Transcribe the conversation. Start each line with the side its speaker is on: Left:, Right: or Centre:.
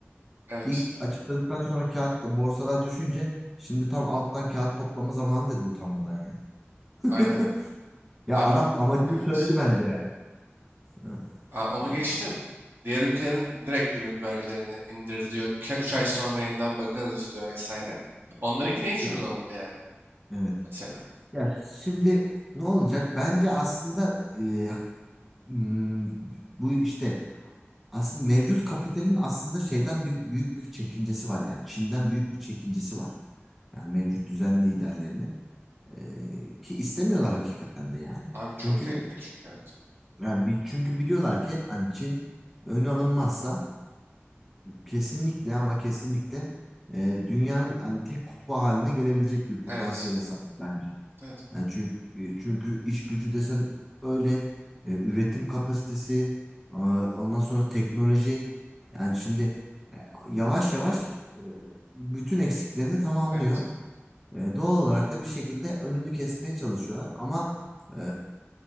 Right: Evet,
Centre: İlk açıkladıktan sonra kağıt borsalar düşünce şimdi tam alttan kağıt toplama zamanı dedi utanmadan ya. <laughs>
Right: aynen.
Centre: Ya
Right: Abi
Centre: adam amacını
Right: evet.
Centre: söyledi bence yani. Hı.
Right: Aa, onu
Centre: Aa,
Right: geçtim. Diğer ülkelerin direkt gümrük vergilerini indirdi diyor. 3 ay sonra yeniden bakarız diyor vesaire. Onlarınkini hiç
Centre: Ya
Right: uygulamadı yani
Centre: evet.
Right: mesela.
Centre: Ya şimdi ne olacak? Bence aslında e, hmm, bu işte aslında mevcut kapitalin aslında şeyden bir, büyük bir çekincesi var yani Çin'den büyük bir çekincesi var. Yani mevcut düzen liderlerinin E, ki istemiyorlar hakikaten de yani.
Right: Abi çok
Centre: Çünkü
Right: tehlikeli çünkü evet.
Centre: yani bir, çünkü biliyorlar ki hani Çin ön alınmazsa kesinlikle ama kesinlikle e, dünyanın hani tek kutbu haline gelebilecek bir potansiyele
Right: Evet.
Centre: sahip bence.
Right: Evet.
Centre: Yani çünkü, çünkü iş gücü desen öyle e, üretim kapasitesi e, ondan sonra teknoloji yani şimdi e, yavaş yavaş e, bütün eksiklerini tamamlıyor.
Right: Evet.
Centre: E, doğal olarak da bir şekilde önünü kesmeye çalışıyorlar ama e,